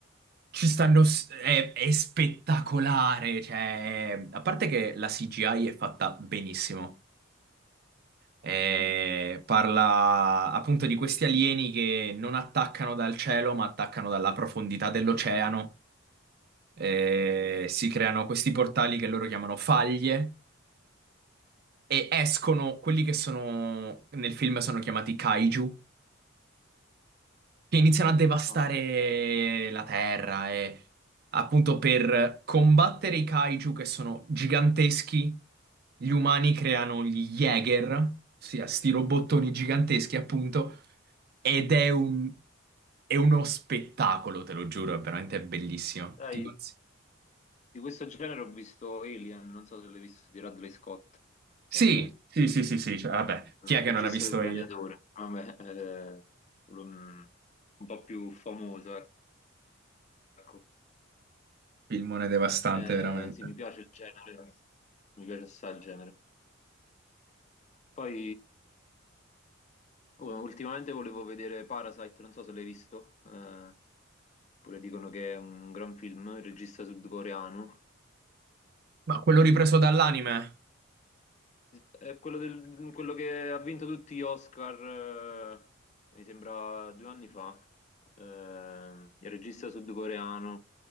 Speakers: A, on the right; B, on the left.
A: ci stanno. s- È, è spettacolare. Cioè, a parte che la CGI è fatta benissimo. Eh,
B: Mm.
A: parla appunto di questi alieni che non attaccano dal cielo, ma attaccano dalla profondità dell'oceano. Eh, si creano questi portali che loro chiamano faglie e escono quelli che sono nel film sono chiamati kaiju che iniziano a devastare
B: Ah.
A: la terra e appunto per combattere i kaiju che sono giganteschi, gli umani creano gli Jäger, ossia sti robottoni giganteschi appunto, ed è un... è uno spettacolo, te lo giuro, è veramente bellissimo.
B: Dai,
A: Ti consiglio.
B: di questo genere ho visto Alien, non so se l'hai visto, di Ridley Scott,
A: Sì,
B: eh, il
A: sì, sì, sì, sì, cioè, vabbè, chi è che
B: regista
A: non ha visto
B: del Gladiatore.
A: Alien?
B: Vabbè, eh, un, un po' più famoso, ecco.
A: Filmone devastante,
B: Eh,
A: veramente.
B: sì, mi piace il genere, mi piace assai il genere. Poi Oh, ultimamente volevo vedere Parasite, non so se l'hai visto, eh, pure dicono che è un gran film, il regista sudcoreano.
A: Ma quello ripreso dall'anime?
B: È quello, del- quello che ha vinto tutti gli Oscar, eh, mi sembra due anni fa, eh, il regista sudcoreano,